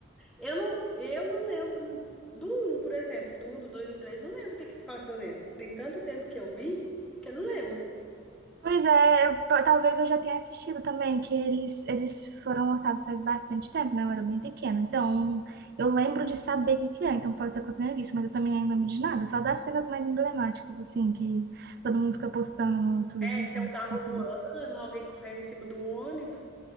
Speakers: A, in the centre; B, on the right (about 55°).
A: Eu não, eu não lembro do um, por exemplo, do um, do 2, do 3. não lembro o que que se passou nele. Tem tanto tempo que eu vi que eu não lembro.
B: Pois é, eu- p- talvez eu já tenha assistido também, que eles, eles foram lançados faz bastante tempo, né? Eu era bem pequena. Então, eu lembro de saber o que que é, então pode ser que eu tenha visto, mas eu também não lembro de nada, só das cenas mais emblemáticas, assim, que todo mundo fica postando no Twitter,
A: É, que tem um
B: no
A: carro
B: Facebook.
A: voando, alguém correndo em cima do ônibus.